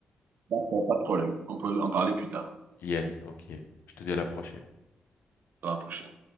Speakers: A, on the right; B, on the left.
A: D'accord, pas de problème. On peut en parler plus tard,
B: Yes, ok. Je te dis à la prochaine.
A: dans la prochaine.